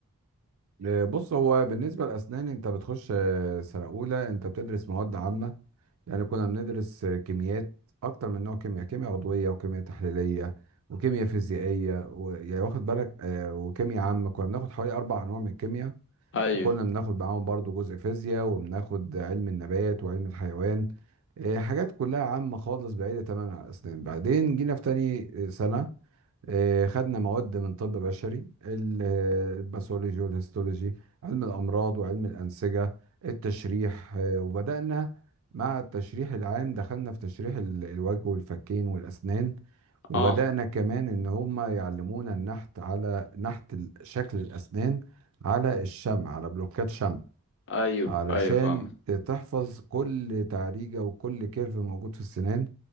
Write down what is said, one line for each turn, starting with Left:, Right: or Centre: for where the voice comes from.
Right: آه، بص هو بالنسبة لأسنان أنت بتخش آه، سنة أولى أنت بتدرس مواد عامة يعني كنا بندرس آه، كيميات أكتر من نوع كيمياء كيمياء عضوية وكيمياء تحليلية وكيمياء فيزيائية و... يعني واخد بالك آه، وكيمياء عامة كنا بناخد حوالي أربع أنواع من الكيمياء
Left: ايوه
Right: وكنا بناخد معاهم برضو جزء فيزياء وبناخد علم النبات وعلم الحيوان آه، حاجات كلها عامة خالص بعيدة تماما عن الأسنان بعدين جينا في تاني آه، سنة آه، خدنا مواد من طب بشري ال- آه، الباثولوجي والهيستولوجي علم الأمراض وعلم الأنسجة التشريح آه، وبدأنا مع التشريح العام دخلنا في تشريح ال- الوجه والفكين والأسنان وبدأنا
Left: اه
Right: كمان إن هم يعلمونا النحت على نحت ال- شكل الأسنان على الشمع على بلوكات شمع
Left: ايوه
Right: علشان
Left: ايوه فاهم
Right: ت- تحفظ كل تعريجة وكل كيرف موجود في السنان